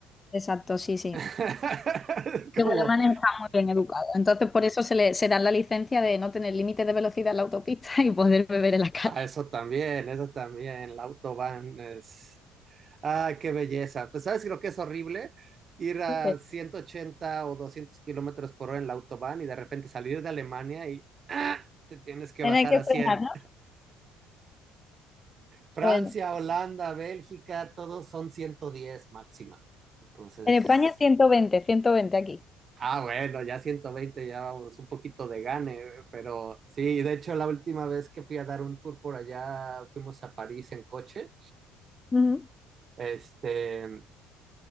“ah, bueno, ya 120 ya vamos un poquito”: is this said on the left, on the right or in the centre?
Right